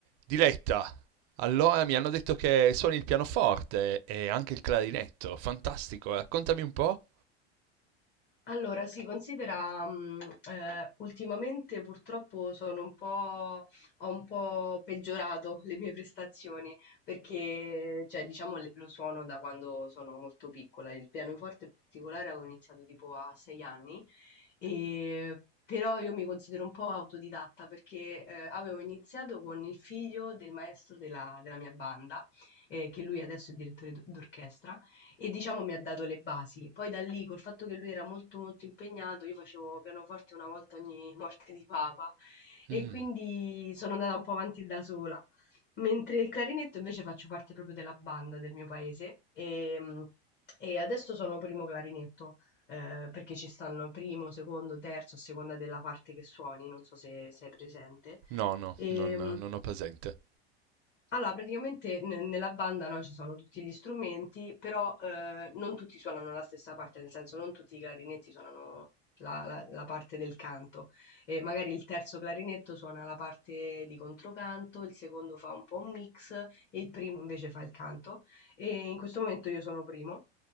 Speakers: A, on the right (about 50°); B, on the left (about 35°).
A: Diletta, allora mi hanno detto che suoni il pianoforte e anche il clarinetto. Fantastico, raccontami un po'.
B: Allora, si considera, mh, eh, ultimamente purtroppo sono un po', ho un po' peggiorato le mie prestazioni perché, cioè, diciamo, le- lo suono da quando sono molto piccola. Il pianoforte in particolare avevo iniziato tipo a sei anni, e- però io mi considero un po' autodidatta perché eh, avevo iniziato con il figlio del maestro della, della mia banda, eh, che lui adesso è direttore d- d'orchestra e diciamo mi ha dato le basi. Poi da lì, col fatto che lui era molto molto impegnato, io facevo pianoforte una volta ogni morte di papa e
A: Mm,
B: quindi sono andata un po' avanti da sola. Mentre il clarinetto invece faccio parte proprio della banda del mio paese e, e adesso sono primo clarinetto, eh, perché ci stanno primo, secondo, terzo, a seconda della parte che suoni, non so se sei presente.
A: no, no,
B: E,
A: non, non ho presente.
B: allora, praticamente ne- nella banda no, ci sono tutti gli strumenti, però eh, non tutti suonano la stessa parte, nel senso non tutti i clarinetti suonano la, la- la parte del canto. E magari il terzo clarinetto suona la parte di controcanto, il secondo fa un po' un mix e il primo invece fa il canto. E in questo momento io sono primo.